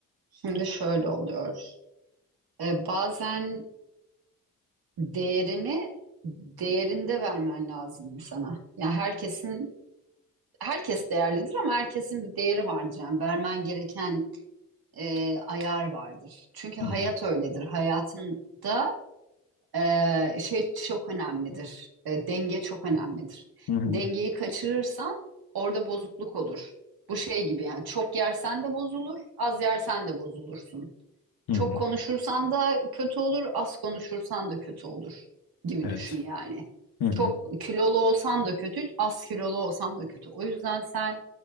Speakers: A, on the right (about 75°); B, on the left (about 80°).
A: Şimdi şöyle oluyor. Ee, bazen değerini değerinde vermen lazım insana. Yani herkesin herkes değerlidir ama herkesin bir değeri vardır. Yani vermen gereken e, ayar vardır. Çünkü
B: Hı
A: hayat
B: hı,
A: öyledir. Hayatında Ee, şey çok önemlidir. Ee, denge çok önemlidir.
B: hı hı,
A: Dengeyi kaçırırsan orada bozukluk olur. Bu şey gibi yani çok yersen de bozulur, az yersen de bozulursun.
B: hı
A: Çok
B: hı.
A: konuşursan da kötü olur, az konuşursan da kötü olur gibi
B: Evet.
A: düşün yani.
B: Hı hı,
A: Çok kilolu olsan da kötü, az kilolu olsan da kötü. O yüzden sen